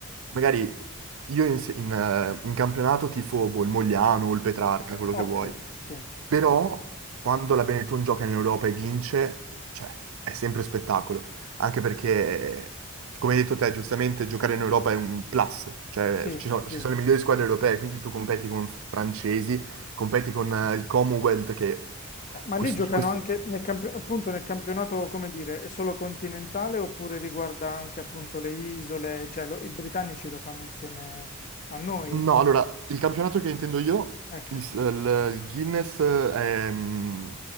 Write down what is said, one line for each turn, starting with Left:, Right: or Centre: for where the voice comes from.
Right: magari io in, se- in, eh, in campionato tifo boh, il Mogliano o il Petrarca, quello
Left: Okay,
Right: che vuoi,
Left: sì,
Right: però quando la Benetton gioca in Europa e vince, cioè, è sempre spettacolo, anche perché, come hai detto te, giustamente giocare in Europa è un plus, cioè
Left: sì,
Right: ci sono,
Left: sì.
Right: ci sono le migliori squadre europee, quindi tu competi con francesi, competi con eh, il Commonwealth che...
Left: Ma
Right: Questo,
Left: lì giocano
Right: questo
Left: anche nel campio- appunto nel campionato, come dire, è solo continentale oppure riguarda anche appunto le isole, cioè lo- i britannici lo fanno insieme a noi?
Right: No, allora, il campionato che intendo io,
Left: Ecco,
Right: il, s- il- il Guinness eh, è, mm,